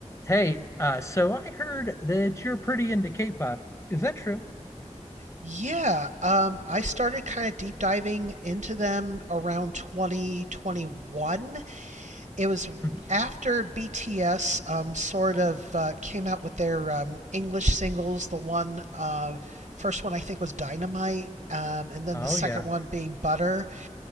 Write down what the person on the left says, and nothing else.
Hey, uh, so I heard that you're pretty into K-pop. Is that true?
Mhm.
Oh
yeah.